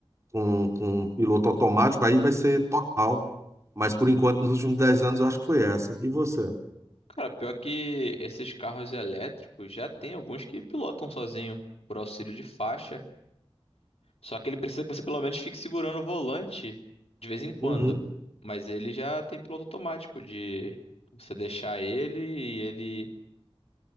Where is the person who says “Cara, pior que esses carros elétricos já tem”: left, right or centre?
Left